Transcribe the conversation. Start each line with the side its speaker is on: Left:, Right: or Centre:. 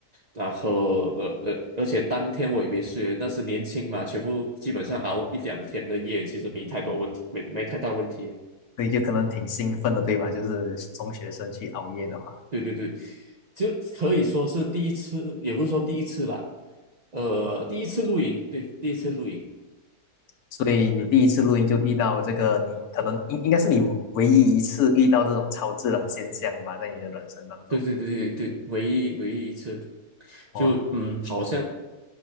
Right: 然后呃呃，而且当天我也没睡，那是年轻嘛，全部基本上熬一两天的夜，其实没太多问题，没没太大问题。
Left: 所以就可能挺兴奋的，对吧？就是中学生去熬夜的话。
Right: 对对对，就可以说是第一次，也不是说第一次啦，呃，第一次露营，对，第一次露营。
Left: 所以你第一次录音就遇到这个你，可能应应该是你唯一一次遇到这种超自然现象吧，在你的人生当中。
Right: 对对对对对，唯一唯一一次，
Left: 哇，
Right: 就嗯，好像